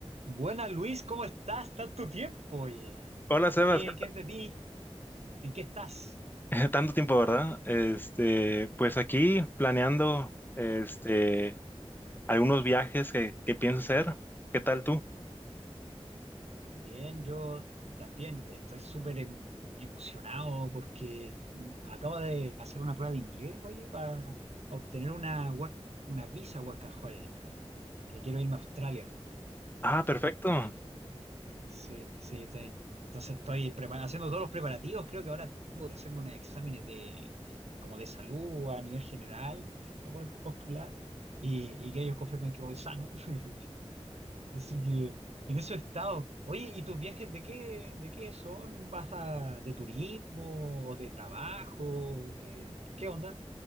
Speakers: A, on the right; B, on the left.
A: Buena Luis, ¿cómo estás? Tanto tiempo, oye.
B: Hola Sebas,
A: ¿Qué, qué es de ti? ¿En qué estás?
B: <laughs> tanto tiempo, ¿verdad? Este, pues aquí planeando este algunos viajes que, que pienso hacer. ¿Qué tal tú?
A: Bien, yo también te- estoy súper emo- emocionado porque acabo de hacer una prueba de inglés, oye, para obtener una, work- una visa work and holiday, perdón, que quiero irme a Australia.
B: Ah, perfecto.
A: Sí, sí, estoy, entonces estoy prepara- haciendo todos los preparativos. Creo que ahora tengo que hacerme unos exámenes de, como de salud a nivel general para poder postular y, y que ellos confirmen que voy sano. <laughs> Así que en eso he estado. Oye, ¿y tus viajes de qué, de qué son? ¿Vas a, de turismo o de trabajo? ¿Qué, qué onda?